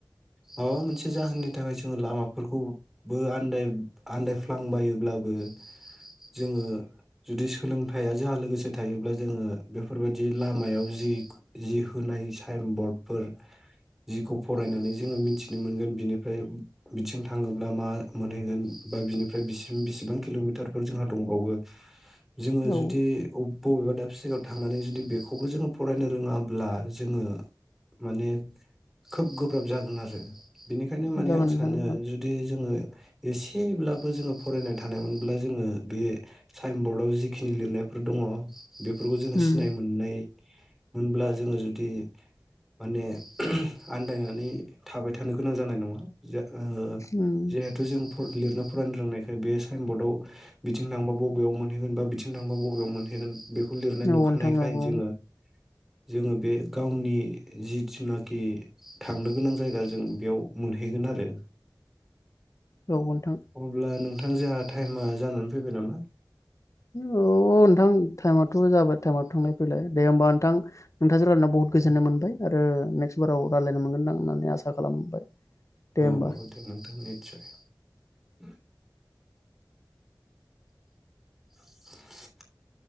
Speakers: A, in the centre; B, on the left (about 45°).
A: माबा मोनसे जाहोननि थाखाय जोङो लामाफोरखौबो आन्दाय आन्दायफ्लांबायोब्लाबो जोङो जुदि सोलोंथाइया जोंहा लोगोसे थायोब्ला जोङो बेफोरबायदि लामायाव होनाय साइन बर्डफोर जिखौ फरायनानै मिथिनो मोनगोन बिनिफ्राय बिथिं थांङोब्ला मा मोनहैगोन बा बिनिफ्राय बेसि बिसिबां किलमिटारफोर जोंहा दंबावो जोङो
B: औ
A: जुदि अबेबा बबेबा दाबसे जायगायाव थांनानै जुदि बेखौबो जोङो फरायनो रोङाब्ला जोङो माने खोब गोब्राब जागोन नारो बिनिखायनो माने
B: जागोन
A: आं
B: नोंथां
A: सानो
B: जागोन
A: जुदि जोङो एसेब्लाबो जोङो फरायनाय थानायमोनब्ला जोङो बे साइन बर्डआव जिखिनि लिरनायफोर दङ। बेफोरखौ जोङो
B: उम
A: सिनाय मोननाय मोनब्ला जोङो जुदि माने आन्दायनानै थाबाय थानो गोनां जानाय नङा जा ओ
B: उम
A: जिहेथु जों फर लिरनो फरायनो रोंनायखाय बे साइन बरर्डआव बिथिं नांबा बबेयाव मोनहैगोन बा बिथिं नांबा बबयाव मोनहैगोन बेखौ लिरनाय
B: औ
A: नुखानायखाय
B: नोंथां औ औ
A: जोङो- जोङो बे गावनि जिथुनाखि थांनो गोनां जाय दा जों बेयाव मोनहैगोन आरो।
B: औ नोंथां
A: अब्ला नों थां जोंहा टाइमा जानानै फैबाय नामा?
B: औ औ ओनथां टाइमाथ थ' जाबाय टाइमाव थांनाय फैलाय दे होमबा नोंथां। नोंथांजों रायलायना बहुथ
A: औ
B: गोजोननाय मोनबाय आ ओ नेक्स्ट बाराव रालायनो मोनगोनदां होननानै आसा खालामबाय। दे
A: औ
B: होमबा
A: औ दे नोंथां मोनि <inaudible> <inaudible>